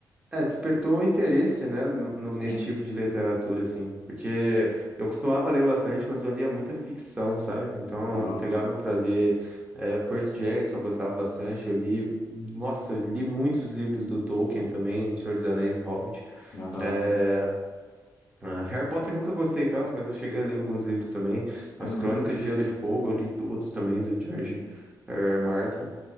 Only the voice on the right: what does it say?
É, despertou o interesse, né, no- no- nesse
tipo de literatura, assim. Porque eu costumava ler bastante, mas eu lia muita ficção, sabe? Então,
eu pegava pra ler é, Percy Jackson, eu gostava bastante. Eu li, nossa, eu li muitos livros do Tolkien também, de Senhor dos Anéis e Hobbit.
É, ah, Harry Potter nunca gostei tanto, mas eu cheguei a ler alguns livros também.
As
Crônicas
de Gelo e Fogo, eu li todos também, do George R. Martin.